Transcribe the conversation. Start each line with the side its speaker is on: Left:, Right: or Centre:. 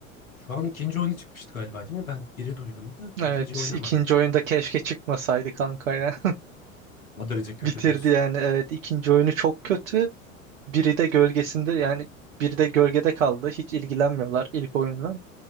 Left: Şu an ikinci oyunu çıkmıştı galiba değil mi? Ben biri duydum da
Right: Evet
Left: ikinciyi oynamadım.
Right: ikinci oyunda keşke çıkmasaydı kanka ya.
Left: O derece
Right: <laughs>
Left: kötü
Right: Bitirdi
Left: diyorsun.
Right: yani evet ikinci oyunu çok kötü. Biri de gölgesinde yani biri de gölgede kaldı. Hiç ilgilenmiyorlar ilk oyunla.